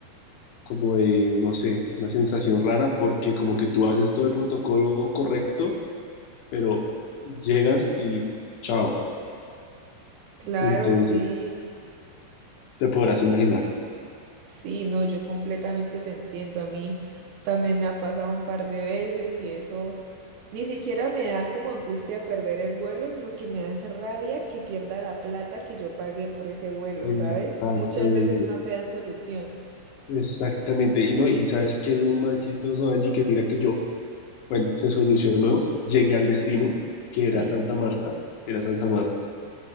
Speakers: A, on the left (about 80°); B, on the right (about 70°).
A: como de, no sé, una sensación rara porque como que tú haces todo el protocolo correcto, pero llegas y chao.
B: Claro,
A: Entonces,
B: sí.
A: te podrás imaginar.
B: Sí, no, yo completamente te entiendo. A mí también me ha pasado un par de veces y eso ni siquiera me da como angustia perder el vuelo, sino que me da esa rabia que pierda la plata que yo pagué por ese vuelo,
A: Exactamente,
B: ¿sabes? Muchas veces no te dan solución.
A: exactamente. Y no, y sabes qué es lo más chistoso, Angie, que mira que yo, bueno, se solucionó, llegué al destino, que
B: Sí,
A: era Santa Marta, era Santa Marta.